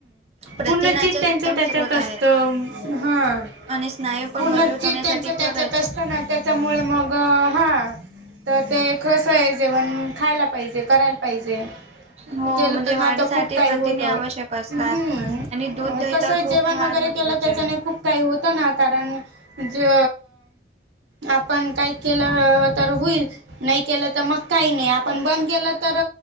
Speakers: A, on the right; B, on the right.
A: प्रथिनाचे
B: पूर्ण चित्त त्यांचं
A: उत्तम
B: त्याच्यात
A: स्रोत
B: असत.
A: आहेत.
B: हा,
A: आणि स्नायू पण
B: पूर्ण
A: मजबूत
B: चित्त
A: होण्यासाठी
B: त्यांच त्याच्यात
A: खरंच
B: आस त ना त्याच्यामुळे मग हा, तर ते कसं आहे. जेवण खायला पाहिजे करायला पाहिजे.
A: हो
B: केलं
A: म्हणजे
B: ना
A: वाढीसाठी
B: तर खूप काही
A: प्रथिने
B: होत.
A: आवश्यक असतात.
B: हम
A: आणि दूध दही
B: कस
A: तर खूप
B: जेवण
A: फार
B: वगैरे
A: महत्त्वाचे
B: केलं. त्याच्याने
A: आहे.
B: खूप काही होतं ना कारण ज आपण काही केलं तर होईल. नाही केलं तर मग काही नाही. आपण बंद केलं तर